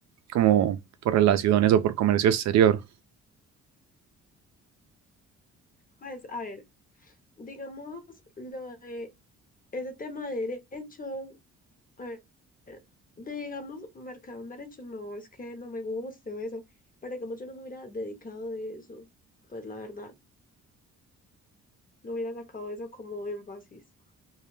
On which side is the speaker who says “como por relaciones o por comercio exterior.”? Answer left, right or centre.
Right